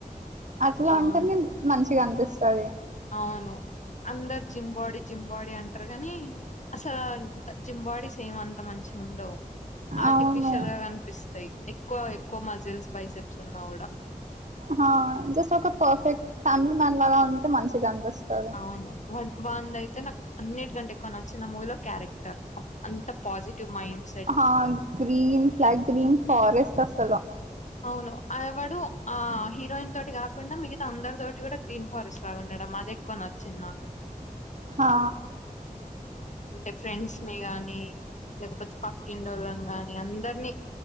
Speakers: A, on the right (about 55°); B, on the left (about 55°).
A: అట్లా
B: బాగుంది
A: ఉంటేనే మంచిగానిపిస్తది
B: అవును అందరు జిమ్బాడీ జిమ్బాడీ అంటరు గాని అసలంత జింబాడీస్ ఏం అంత మంచిగుండవ్ ఆర్టిఫిషియల్
A: అవును
B: గా కనిపిస్తాయి ఎక్కువ ఎక్కువ మజిల్స్ బైసెప్స్ ఉన్నా గూడా
A: హ జస్ట్ ఒక పర్ఫెక్ట్ ఫ్యామిలీ మ్యాన్ లాగా ఉంటే మంచిగానిపిస్తాది
B: అవును వ వాంది అయితే నాక్ అన్నిటికంటే ఎక్కువ నచ్చింది ఆ మూవిలో క్యారెక్టర్ అంత పాజిటివ్ మైండ్స్
A: హా గ్రీన్ ఫ్లక్ గ్రీన్ ఫోరెస్ట్ అసల
B: అవును ఆవాడు ఆ హీరోయిన్ తోటి గాకుండా మిగతా అందరి తోటి గూడా గ్రీన్ ఫారెస్ట్ లాగా ఉండడా మాదే ఎక్కువ నచ్చింది నాకు
A: హ ఆ
B: అంటే ఫ్రెండ్స్ ని గానీ లేకపోతే పక్కింటోళ్ళని గాని అందరినీ